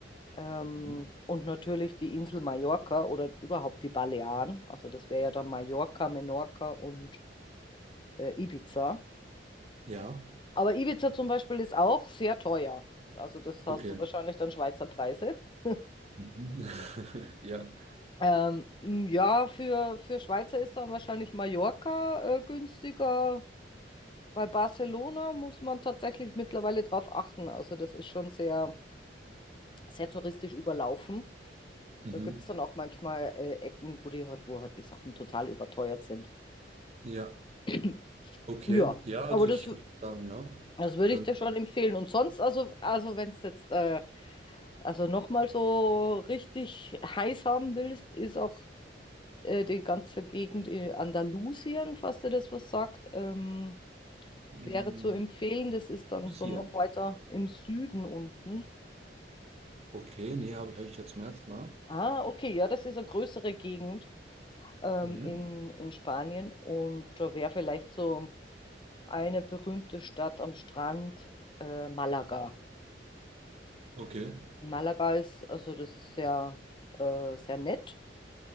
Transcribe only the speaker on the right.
Mhm.
Ja,
okay.
Mhm. <laughs> Ja.
Mhm.
Ja.
Okay.
Ja, also
ich würde sagen, ja.
Dann
mm,
Lucien.
Okay, nee, habe hab hab ich ja zum ersten Mal.
Mhm.
Okay.